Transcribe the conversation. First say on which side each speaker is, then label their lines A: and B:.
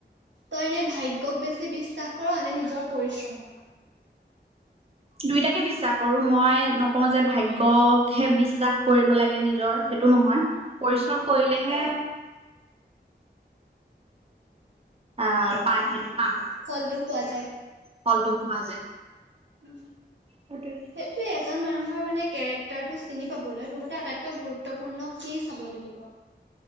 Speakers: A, on the right (about 85°); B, on the right (about 35°).
A: তই এনে ভাগ্যক বেছি বিশ্বাস কৰা নে নিজৰ পৰিশ্ৰমক।
B: দুইটাকে বিশ্বাস কৰো মই নকওঁ যে ভাগ্যকহে বিশ্বাস কৰিব লাগে নিজৰ সেইটো নহয়। পৰিশ্ৰম
A: উম,
B: কৰিলেহে আ পাই সেইটো পাম।
A: ফলটো পোৱা যায়।
B: ফলটো পোৱা যায়।
A: উম।
B: সেইটোৱে।
A: সেইটোৱে এজন মানুহৰ মানে কেৰেক্টাৰটো চিনি পাবলৈ তোৰ মতে আটাইতকৈ গুৰুত্বপূৰ্ণ কি চাব লাগিব।